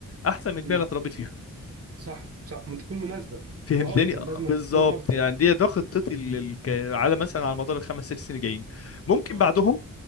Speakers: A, on the left; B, on the right.
A: احسن من البيئه
B: امم
A: اللي اتربيت فيها
B: صح صح ما تكون مناسبة
A: فهمتني
B: وافضل
A: <laughs> آه،
B: لازم
A: بالظبط
B: أن تكون افضل
A: يعني دي ده خطتي لل- ك- على مثلا على مدار الخمس ست سنين الجايين ممكن
B: اه
A: بعدهم